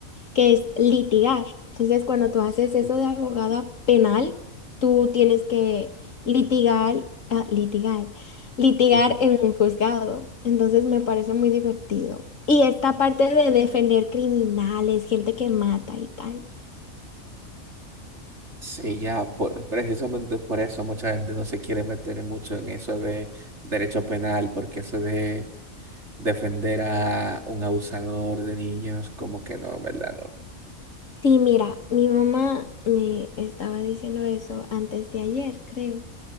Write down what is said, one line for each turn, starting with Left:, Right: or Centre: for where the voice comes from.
Left: que es litigar. Entonces, cuando tú haces eso
Right: Ujú,
Left: de abogada penal, tú tienes que litigar, ah, litigar, litigar
Right: ujú.
Left: en un juzgado. Entonces, me parece muy divertido. Y esta parte de defender criminales, gente que mata y tal.
Right: Sí, ya, por- precisamente por eso mucha gente no se quiere meter mucho en eso de derecho penal, porque eso de defender a un abusador de niños, como que no, ¿verdad? No.
Left: Sí, mira, mi mamá me estaba diciendo eso antes de ayer, creo.